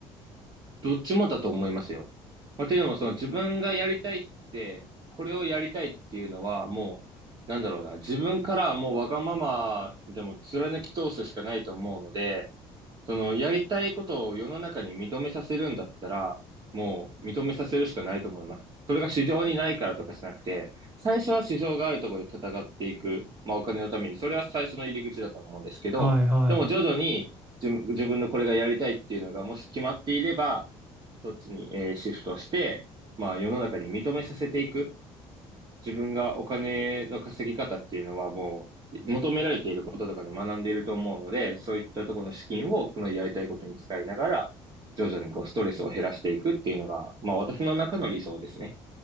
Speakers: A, on the right; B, on the right.
A: どっちもだと思いますよ。まあ、というのも、その自分がやりたいって、これをやりたいっていうのは、もう、なんだろうな、自分からはもうわがままでも貫き通すしかないと思うので、その、やりたいことを世の中に認めさせるんだったら、もう認めさせるしかないと思います。それが市場にないからとかじゃなくて、最初は市場があるところで戦っていく、まあお金のために、それは最初の入り口だと思うんですけど、
B: いはい。
A: でも徐々に自分自分のこれがやりたいっていうのがもし決まっていれば、そっちに、えーシフトして、まあ世の中に認めさせていく。自分がお金の稼ぎ方っていうのはもう求められていることとかで学んでいると思うので、そういったところの資金をこのやりたいことに使いながら、徐々にこうストレスを減らしていくっていうのが、まあ私の中の理想ですね。